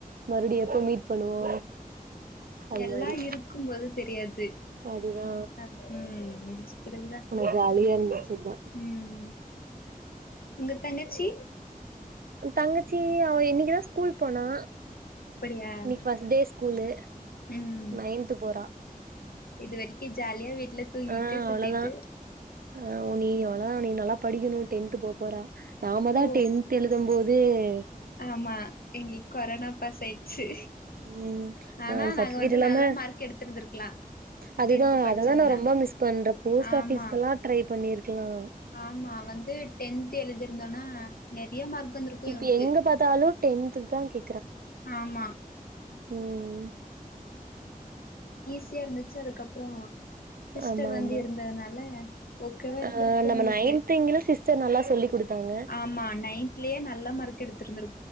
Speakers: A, on the right (about 75°); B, on the left (about 75°).
A: மறுடி எப்போ மீட் பண்ணுவோ அது
B: எல்லா
A: மாரி
B: இருக்கும் போது தெரியாது
A: அதுதா
B: அது ம் முடிச்ச பிறகுதா
A: ஆனா ஜாலியா இருந்துச்சு அதா
B: ம் உங்க தங்கச்சி
A: தங்கச்சி அவ இன்னைக்குதா ஸ்கூல் போனா
B: அப்டியா
A: இன்னைக்கு ஃபர்ஸ்ட் டே ஸ்கூலு
B: ம்
A: நயன்த் போ போறா
B: இது வரைக்கும் ஜாலியா வீட் ட்ல தூங்கிட்டு
A: ஆ
B: சுத்திட்டு
A: அவ்ளோதா ஆ உ நீ அவ்ளோ மா நீ நல்லா படிக்கணும் டென்த்து போப்போறா நாம தான்
B: ஓ
A: டென்த்து எலுதம் போது து
B: ஆமா எங்களுக்கு கொரானா பாஸ் ஆயிடுச்சு
A: ம்
B: ஆனா
A: ஆ சர்டிபிகேட்
B: நாங்க வந்து
A: இல்லாம
B: நல்ல மார்க் எடுத்திருந்திருக்கலாம்
A: அதுதா
B: டென்த்து படிச்சிருந்தா
A: அததா நா ரொம்ப மிஸ் பண்றே போஸ்ட்
B: ஆமா
A: ஆபீஸ்கெல்லா ட்ரை பண்ணிருக்கலா
B: ஆமா வந்து டென்த்து எலுதி இருந்தோம்னா நெறயா மார்க் வந்திருக்கு
A: இப்ப
B: எங்களுக்கு
A: எங்க பாத்தாலும் டென்த்து தான் கே
B: ஆமா
A: ம்
B: ஈசியா இருந்துச்சு அதுக்கப்புறம் சிஸ்டர்
A: ஆமா
B: வந்து
A: ஆமா
B: இருந்ததுனால ஓகவா இருந்திருக்கும்
A: ஆ நம்ம
B: எங்களுக்கு
A: நைன்த் இங்கிலு சிஸ்டர் நல்லா சொல்லி குடுத்தாங்க
B: ஆமா நைன்துலயே நல்ல மார்க் எடுத்து திருந்துரு